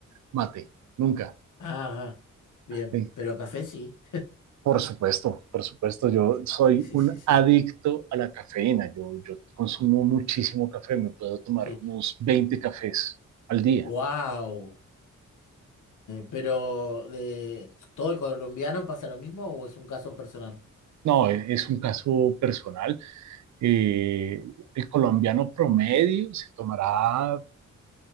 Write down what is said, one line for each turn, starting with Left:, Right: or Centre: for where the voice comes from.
Right: mate, nunca.
Left: Ajá. Bien.
Right: Eh,
Left: Pero café sí.
Right: por supuesto, por supuesto, yo soy
Left: Sí, sí,
Right: un
Left: sí, sí.
Right: adicto a la cafeína. Yo, yo consumo muchísimo café, me puedo tomar
Left: Sí.
Right: unos 20 cafés al día.
Left: ¡Wow! pero de todo el colombiano pasa lo mismo o es un caso personal?
Right: No, e- es un caso personal. Eh, el colombiano promedio se tomará